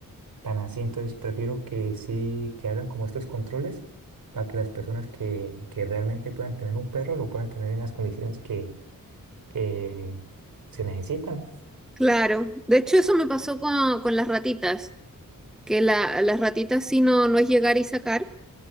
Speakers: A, on the right; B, in the centre.
A: tan así. Entonces prefiero que sí, que hagan como estos controles para que las personas que, que realmente puedan tener un perro lo puedan tener en las condiciones que, que se necesitan.
B: Claro, de hecho eso me pasó con, con las ratitas, que la, las ratitas sí no, no es llegar y sacar,